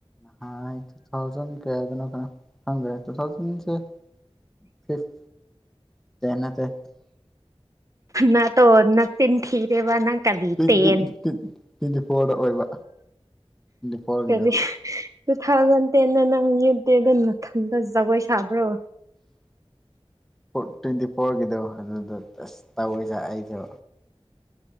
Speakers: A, in the centre; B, on the right.
A: ꯍꯥꯟ ꯇꯨ ꯊꯥꯎꯖꯟ ꯀꯌꯥꯗꯅꯣ ꯈꯪ ꯈꯪꯗ꯭ꯔꯦ ꯇꯨ ꯊꯥꯎꯖꯟꯁꯦ ꯐꯤꯐ ꯇꯦ ꯅꯠꯇꯦ
B: ꯅꯇꯣ ꯅꯆꯤꯟ ꯊꯤꯔꯦꯕ ꯅꯪ ꯀꯔꯤ
A: ꯄꯤꯛ
B: ꯇꯦꯟ
A: ꯗꯤꯛ ꯇꯤꯛ ꯇ꯭ꯋꯦꯟꯇꯤ ꯐꯣꯔꯗ ꯑꯣꯏꯕ ꯇ꯭ꯋꯦꯟꯇꯤ ꯐꯣꯔꯒꯤꯗꯣ
B: ꯀꯔꯤ ꯇꯨ ꯊꯥꯎꯖꯟ ꯇꯦꯟꯗ ꯅꯪ ꯅ꯭ꯌꯨꯠ ꯗꯦꯗ ꯅꯊꯟꯗ ꯖꯒꯣꯏ ꯁꯥꯕ꯭ꯔꯣ
A: ꯐꯣꯔꯠ ꯇ꯭ꯋꯦꯟꯇꯤ ꯐꯣꯔꯒꯤꯗꯣ ꯑꯗꯨꯗ ꯑꯁ ꯇꯧꯋꯦꯗ ꯑꯩꯗꯣ